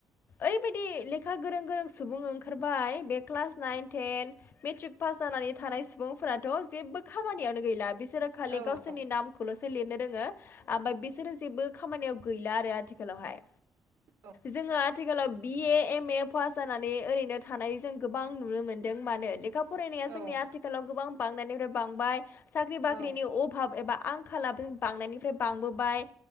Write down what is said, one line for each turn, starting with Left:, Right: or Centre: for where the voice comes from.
Left: ओरैबायदि लेखा गोरों गोरों सुबुं ओंखारबाय। बे class nine ten matric pass जानानै थानाय सुबुंफोराथ' जेबो खामानियावनो गैला। बिसोरो खालि
Right: औ
Left: गावसोरनि
Right: औ
Left: नाम खौल'सो लिरनो रोङो। आमफ्राय बिसोरो जेबो खामानियाव गैला आरो आथिखालावहाय।
Right: औ।
Left: जोङो आथिखालाव बिए, एम ए पास जानानै ओरैनो थानाय जों गोबां नुनो मोन्दों। मानो लेखा फरायनाया
Right: औ
Left: जोंनि आथिखालाव गोबां बांनायनिफ्राय बांबाय साख्रि बाख्रिनि
Right: औ
Left: अभाब एबा आं खालाबो बांनायनिफ्राय बांबोबाय।